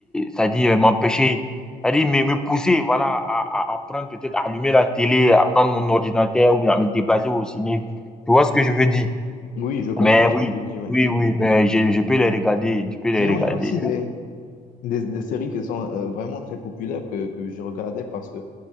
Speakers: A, in the centre; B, on the left.
A: c'est-à-dire, m'empêcher, c'est-à-dire, me, me pousser, voilà, à, à, à prendre peut-être, à allumer la télé, à prendre mon ordinateur ou bien à me déplacer au ciné. Tu vois ce que je veux dire?
B: Oui, je comprends
A: Mais oui,
B: ce que tu dis, oui.
A: oui, oui, mais je, je peux les regarder, je peux les
B: Sinon,
A: regarder.
B: il y a aussi des, des, des séries qui sont euh, vraiment très populaires que, que je regardais parce que